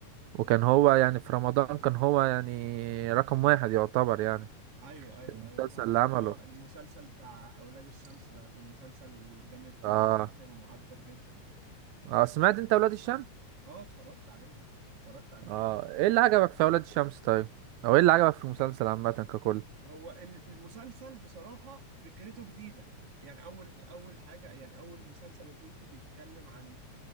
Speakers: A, on the right (about 80°); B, on the right (about 50°).
A: وكان هو يعني في رمضان كان هو يعني رقم واحد يعتبر يعني
B: ايوه ايوه
A: المسلسل
B: ايوه فاهمك
A: اللي عمله
B: هو المسلسل بتاع اولاد الشمس ده كان مسلسل جامد برضو
A: اه
B: جدا ومعبر جدا
A: اه سمعت انت اولاد الشمس
B: اه اتفرجت عليه اتفرجت عليه
A: اه ايه اللي عجبك في اولاد الشمس طيب او ايه اللي عجبك في المسلسل عامه ككل
B: هو ال- المسلسل بصراحة فكرته جديدة يعني أول أول حاجة يعني أول مسلسل أشوفه بيتكلم عن